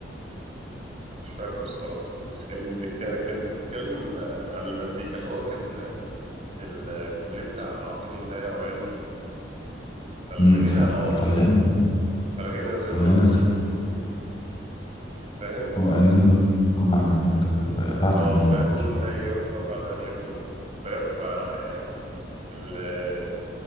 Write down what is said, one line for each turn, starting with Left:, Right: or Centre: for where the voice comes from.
Right: مش فاكره الصراحة بس كان بي- كان كان بتتكلم آه، عن المزيكا اللي هو كان آه، الكوبليه بتاع أعطيني النايه وأغني فالغنى
Left: أمم، ف-
Right: اه
Left: فالغنى سم
Right: فالغنى سر
Left: فالغنى
Right: الوجود
Left: سم
Right: فاهم
Left: وأنين النبقى بعد أن يبكى الو- بعد
Right: اه
Left: أن يفنى
Right: وأنين
Left: الوجود
Right: الناي يبقى بعد أن يفنى الوجود فاهم فيعني ال-